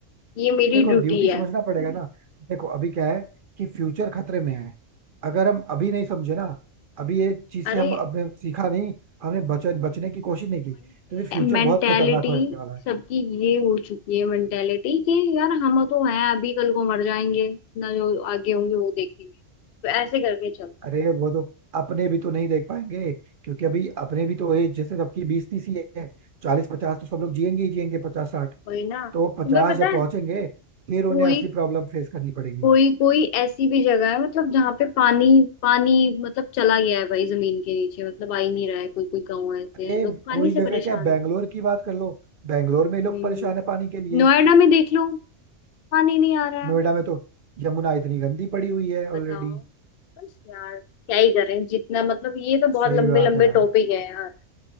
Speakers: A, on the left; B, on the right.
A: ये मेरी
B: देखो
A: ड्यूटी
B: ड्यूटी
A: है
B: समझना पड़ेगा ना देखो अभी क्या है कि फ्यूचर खतरे में है अगर हम अभी नहीं समझे ना अभी ये चीज
A: अरे
B: से हम अपने सीखा नहीं हमने बच बचने की कोशिश नहीं की तो फिर फ्यूचर
A: मेंटेलिटी
B: बहुत खतरनाक होने वाला है
A: सबकी ये हो चुकी है मेंटेलिटी कि यार हम तो हैं अभी कल को मर जाएंगे ना जो आगे होंगे वो देखेंगे तो ऐसे करके चलो
B: अरे वो तो अपने भी तो नहीं देख पाएंगे क्योंकि अभी अपने भी तो एज जैसे सबकी बीस तीस ही है चालीस पचास तो सब लोग जिएंगे ही जिएंगे पचास साठ
A: वही ना तुम्हें
B: तो वो पचास
A: पता
B: जब
A: है
B: पहुंचेंगे फिर उन्हें
A: कोई
B: असली प्रॉब्लम फेस करनी पड़ेगी
A: कोई कोई ऐसी भी जगह है मतलब जहाँ पे पानी पानी मतलब चला गया है भाई जमीन के नीचे मतलब आ ही नहीं रहा है कोई कोई गाँव ऐसे
B: अरे
A: हैं, लोग पानी
B: कोई
A: से
B: जगह
A: परेशान
B: क्या है बैंगलोर
A: है
B: की बात कर लो बैंगलोर में लोग
A: हम्म
B: परेशान है पानी के लिए
A: नोएडा में देख लो पानी नहीं आ रहा
B: नोएडा
A: है
B: में तो यमुना इतनी गंदी पड़ी हुई है ऑलरेडी
A: बताओ बस यार क्या ही करें जितना मतलब ये तो बहुत
B: सही
A: लंबे
B: बात
A: लंबे
B: है यार
A: टॉपिक है यार